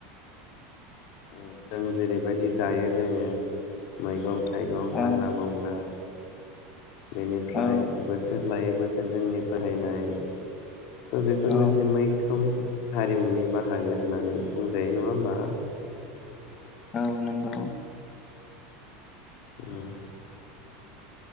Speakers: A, on the left (about 60°); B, on the left (about 40°).
A: औ जों जेरैबायदि जायो लोङो मैगं था थाइगं हाग्रा
B: औ
A: बंग्रा बेनिफ्राय
B: औ
A: बोथोर लायै बो थोर जोंनि फोथायनाय त' बेफोर
B: औ
A: मोनसे मैखोम हारिमुनि बाहागो होननानै बुंजायो नङा होमबा
B: औ नोंगौ
A: औ